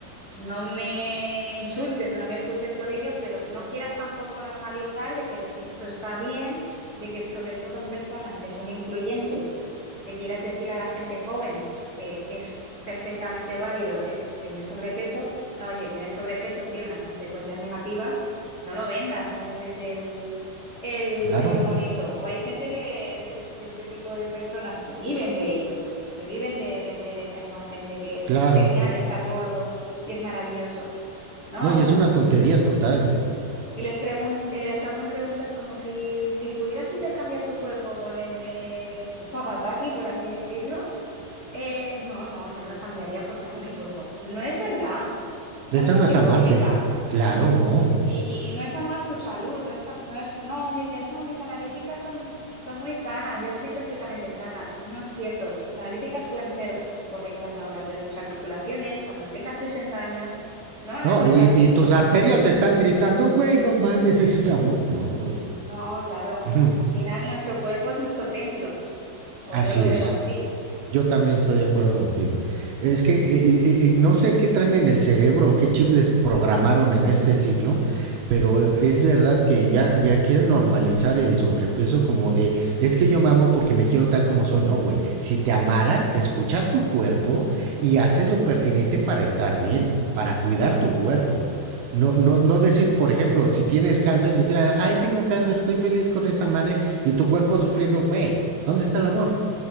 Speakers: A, on the left; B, on the right.
A: No me insultes o no me juzgues por ello, pero no quieras tampoco normalizar de que esto está bien, de que sobre todo en personas que son influyentes, le quieras decir a la gente joven que es perfectamente válido es tener sobrepeso. No, oye, tener sobrepeso tiene unas consecuencias negativas, no lo vendas como que es el, el,
B: Claro,
A: el lo bonito. O hay gente que de este, de este tipo de personas que viven de ello, que viven de vender esa imagen de que es
B: claro.
A: genial estar gordo y es maravilloso. No.
B: No, y es una tontería
A: Y
B: total.
A: les pregun- y les hacen preguntas como si, si pudieras intercambiar tu cuerpo con el de Zapataki, por así decirlo. Eh, no, no, yo no lo cambiaría porque amo mi cuerpo. No es verdad. No
B: De eso
A: seas
B: no es
A: hipócrita.
B: amarte. Claro, no.
A: Y, y, y no es amar tu salud, no es, a- no es, no, dices no, mis analíticas son, son muy sanas, yo estoy perfectamente sana. No es cierto, tus analíticas pueden ser correctas ahora, pero tus articulaciones, cuando tengas 60 años, no van
B: No,
A: a ser
B: y,
A: las mismas.
B: y tus arterias están gritando, güey, no mames, ese es amor. No, güey.
A: No, claro,
B: Ujú.
A: al final nuestro cuerpo es nuestro templo, o
B: Así
A: yo lo veo
B: es.
A: así.
B: Yo también estoy de acuerdo contigo. Es
A: Eh,
B: que eh, eh, eh, no sé qué traen en el cerebro, o qué chip les programaron en este siglo, pero eh, es verdad que ya, ya quieren normalizar el sobrepeso como de, es que yo mamo porque me quiero tal como soy. No, güey, si te amaras, escuchas tu cuerpo y haces lo pertinente para estar bien, para cuidar
A: Sí,
B: tu cuerpo. No, no, no decir, por ejemplo, si tienes cáncer, decir, ay, tengo cáncer, estoy feliz con esta madre y tu cuerpo sufriendo, güey, ¿dónde está el amor?